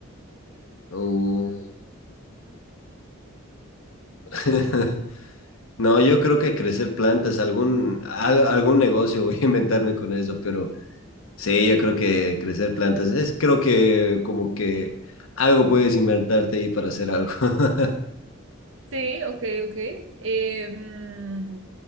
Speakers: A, on the left; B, on the right.
A: Uh, <laughs> No, yo creo que crecer plantas, algún, al- algún negocio voy a inventarme con eso, pero sí, yo creo que crecer plantas es, creo que como que algo puedes inventarte ahí para hacer algo. <laughs>
B: Sí, ok, ok. Eh, mm,